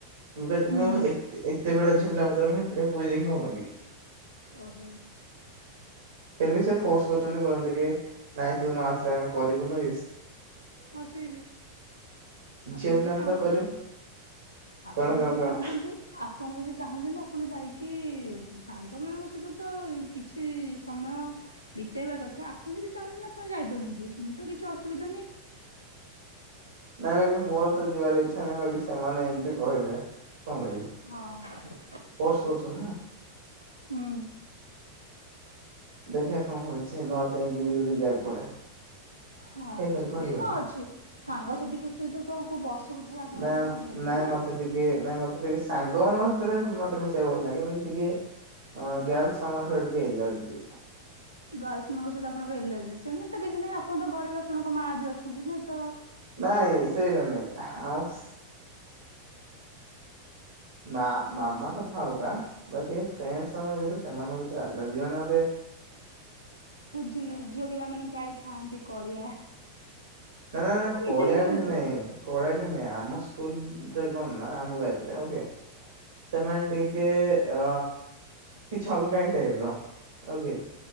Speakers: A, on the right (about 65°); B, on the left (about 85°).
A: ମୁଁ ବି
B: ହୁଁ
A: ମୁଁ ଏତେ ଏତେ ବେଳେ ଝିଅ ପିଲା ଭିତରେ ମୁଁ ଏକୁଟିଆ ପୁଅ ଯାଇକି କଣ କରିବି
B: ଓହୋ
A: ବି ସେ ଫୋର୍ସ କରିଛନ୍ତି କି ନାଇଁ ତୁ ନ ଆସିଲେ ଆମେ କରିବୁନୁେ
B: ହ ସେ ଆପଣ
A: ଝିଅ
B: ଯଦି
A: ପିଲାମାନେ
B: ଚାହୁଁଛନ୍ତି
A: ତ କରିବେ
B: ଆପଣ
A: କଣ କଣ
B: ଯଦି
A: କଣ
B: ଚାହୁଁଛନ୍ତି ଆପଣ ଯଦି ଚାହୁଁଛନ୍ତି ଆପଣ ଯାଇକି ସାଙ୍ଗ ମାନଙ୍କ ସହିତ ତ କିଛି ସମୟ ବିତେଇବା କଥା ଆପଣ ଯଦି ଚାହୁଁଛନ୍ତି ଆପଣ ଯାଇପାରନ୍ତି ସେମିତି ତ କିଛି ଅସୁବିଧା ନାହିଁ ହ
A: ନାଇଁ ବାକି ମୋର ତ ଯିବାର ଇଚ୍ଛା ନାହିଁ ବାକି ସେମାନେ ଏମିତି କହିଲେ କଣ କରିବେ
B: ହଁ
A: ଫୋର୍ସ କରୁଛନ୍ତି ନା
B: ହୁଁ।
A: ଦେଝିଅ କଣ ହୋଇଛି ଯାଇହିକି ବି ଯଦି ଯିବାକୁ ପଡେ
B: ହଁ
A: ହେଇପାରେ
B: ସେମିତି
A: କହିହବନି
B: କଣ ଅଛି ସାଙ୍ଗସାଥିୀଙ୍କ ସହିତ ତ କୋଉ ବର୍ଷକୁ ଥରେ ଆପଣ
A: ନା
B: ମିଶୁଛନ୍ତି
A: ନାଇଁ
B: ନା
A: ମତେ ଟିକେ ନାଇଁ ମତେ ଟିକେ ସାଙ୍ଗ ମାନଙ୍କ ସେଥିରେ ମତେ ମିଶିବାକୁ ଭଲ ଲାଗେ ବା ଟିକିଏ ଗାର୍ଲ୍ସ ମାନଙ୍କ ଟିକେ ଏଲର୍ଜି
B: ଗାର୍ଲସ ମାନଙ୍କ ସହିତ ଆପଣଙ୍କ ଏଲର୍ଜି ସେମିତି କିଛି ନାହିଁ ଆପଣଙ୍କ ଘରେ ବି ଆପଣଙ୍କ ମା ବି ଅଛନ୍ତି ନା ତ
A: ନାଇଁ ସେଇଟା ନାଇଁ ଆମ <inaudible> ମା ମାମା
B: ହଉ।
A: କଥା ଅଲଗା ବାକି ଫ୍ରେଣ୍ଡସ ମାନଙ୍କ ସହିତରେ ସେମାନଙ୍କ ଭିତରେ ଏଲର୍ଜି ମାନ ମତେ
B: ଝିଲି ଝିଅ ପିଲମାନେେ ପ୍ରାୟ ଥାଆନ୍ତି କଳିଆ
A: ନା ନା ନା
B: ମୁଁ
A: କଳିଆଡେ
B: ନିଜେ ବି କହୁଛି।
A: ନାଇଁ କଳିଆଡ ନାଇଁ ଆମ ସ୍କୁଲ କ ନା ଆମ ବ୍ୟାଚରେ ଓକେ ସେମାନେ ଟିକେ ଅ କିଛି ଅଲଗା ହି ଟାଇପ ର ଓକେ